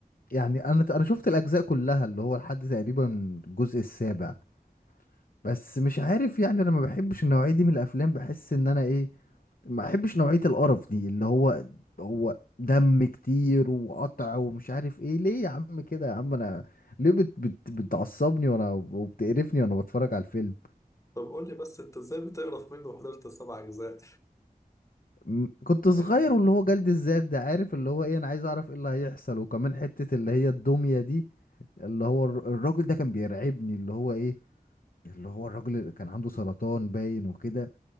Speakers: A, on the left (about 65°); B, on the left (about 20°).
A: يعني انا انا شفت الاجزاء كلها اللي هو لحد تقريبا الجزء السابع بس مش عارف يعني انا ما بحبش النوعية دي من الافلام بحس ان انا ايه ما بحبش نوعية القرف دي اللي هو هو دم كتير وقطع ومش عارف ايه ليه يا عم كده يا عم انا ليه بت بت بتعصبني وانا وبتقرفني وانا بتفرج على الفيلم
B: طب قول لي بس انت ازاي بتقرف منه وحضرت سبع اجزاء
A: م- كنت صغير
B: <laughs>
A: واللي هو جلد الذات ده عارف اللي هو ايه انا عايز اعرف ايه اللي هيحصل وكمان حتة اللي هي الدمية دي اللي هو الر- الراجل ده كان بيرعبني اللي هو ايه اللي هو الراجل اللي كان عنده سرطان باين وكده